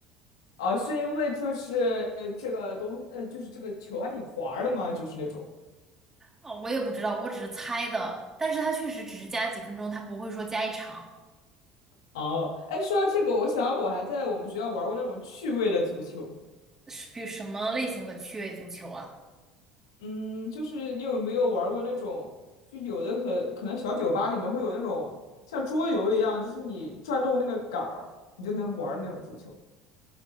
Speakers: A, on the left (about 85°); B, on the right (about 20°).
A: 啊，是因为就是呃这个东，呃，就是这个球还挺滑儿的嘛，就是那种。
B: 哦，我也不知道，我只是猜的。但是它确实只是加几分钟，它不会说加一场。
A: 哦，哎，说到这个，我想我还在我们学校玩过那种趣味的足球。
B: 是比什么类型的趣味足球啊？
A: 嗯，就是你有没有玩过那种，就有的可可能小酒吧里面会有那种像桌游一样，就是你转动那个杆儿，你就能玩儿的那种足球。